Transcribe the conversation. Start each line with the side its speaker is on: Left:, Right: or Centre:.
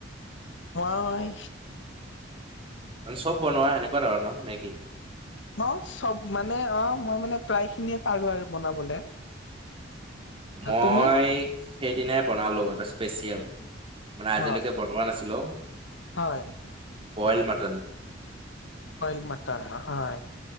Left: মই
Right: চব বনোৱা সেনেকুৱা ধৰণৰ নেকি।
Left: ন চব মানে অ' মই মানে প্ৰায় খিনিয়ে পাৰো আৰু বনাবলে।
Right: মই
Left: তুমি
Right: সেইদিনাই বনালো এটা স্পেচিয়েল। মানে আজিলৈকে
Left: হয়
Right: বনোৱা নাছিলো
Left: হয়
Right: বইল মাটন।
Left: বইল মাটান হয়।